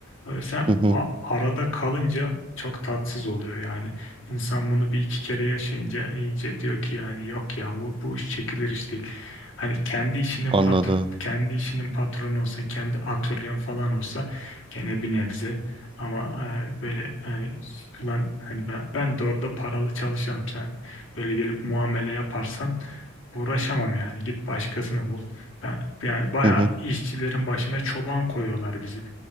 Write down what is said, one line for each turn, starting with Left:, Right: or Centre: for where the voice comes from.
Left: Eee, sen
Right: hı hı.
Left: a- arada kalınca çok tatsız oluyor yani. İnsan bunu bir iki kere yaşayınca iyice diyor ki yani yok ya bu, bu iş çekilir iş değil. Hani kendi işinin
Right: Anladım.
Left: patr kendi işinin patronu olsa, kendi atölyen falan olsa gene bir nebze. Ama e, böyle hani ulan hani ben, ben de orada paralı çalışanım. Sen böyle gelip muamele yaparsan uğraşamam yani. Git başkasını bul. Ben, yani bayağı
Right: Hı hı.
Left: işçilerin başına çoban koyuyorlar bizi.